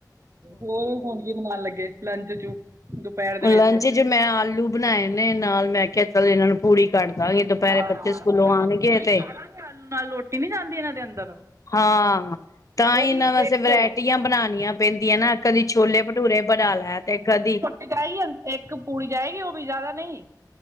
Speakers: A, on the right; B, on the left.
A: ਹੋਰ ਹੋਣ ਕੀ ਬਨਾਣ ਲੱਗੇ। ਲੰਚ ਚ ਦੁਪਹਿਰ ਦੇ ਵਿੱਚ
B: ਲੰਚ ਚ ਮੈਂ ਆਲੂ ਬਨਾਏ ਨੇ ਨਾਲ ਮੈਂ ਕਿਹਾ- ਚੱਲ, ਏਨਾਂ ਨੂੰ ਪੂੜੀ ਕੱਢਦਾਂਗੇ, ਦੋਪੈਰੇ
A: ਹਾਂ
B: ਬੱਚੇ ਸਕੂਲੋਂ
A: ਸਗੋਂ
B: ਆਣਗੇ
A: ਪੂੜੇ
B: ਤੇ
A: ਖਾ ਲਾਂਗੇ ਆਲੂ ਨਾਲ ਰੋਟੀ ਨੀ ਜਾਂਦੀ ਏਨਾਂ ਦੇ ਅੰਦਰ
B: ਹਾਂ, ਤਾਂ
A: ਉਹ
B: ਹੀ
A: ਵੀ
B: ਏਨਾਂ ਵਾਸੇ
A: ਇੱਕ
B: ਵਰੈਟੀਆਂ ਬਣਾਣੀਆਂ। ਪੈਂਦੀਆਂ ਨਾ, ਕਦੀ ਛੋਲੇ ਭਟੂਰੇ ਬਣਾ ਲੈ ਤੇ ਕਦੀ
A: ਏ ਡਾਈ ਹੁਣ ਇੱਕ ਪੂੜੀ ਜਾਏਗੀ ਓ ਵੀ ਜਾਦਾ ਨਈ।